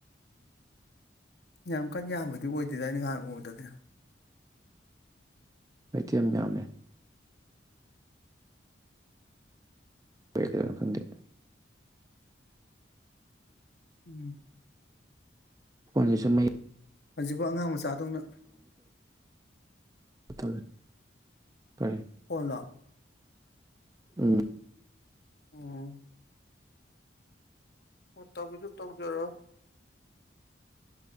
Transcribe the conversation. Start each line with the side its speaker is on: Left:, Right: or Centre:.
Left: ꯌꯥꯝ ꯀꯟ ꯌꯥꯝꯕꯗꯤ ꯑꯣꯏꯗꯣꯏꯗ꯭ꯔ ꯑꯩꯅ ꯉꯍꯥꯟ ꯎꯕꯗꯗꯤ
Right: ꯍꯥꯏꯗꯤ ꯌꯥꯝ ꯌꯥꯝꯃꯦ ꯑꯣꯏ ꯀꯗ ꯈꯗ
Left: ꯎꯝ
Right: ꯄꯨ ꯁ ꯃꯩ
Left: ꯍꯧꯖꯤꯛꯐ ꯑꯉꯥꯡ ꯃꯆꯥꯗꯧꯅ
Right: ꯦ ꯀꯥꯏ
Left: ꯐꯣꯅꯥ
Right: ꯎꯝ
Left: ꯎꯝ ꯑꯣ ꯇꯒꯁꯨ ꯇꯒꯖꯔꯣ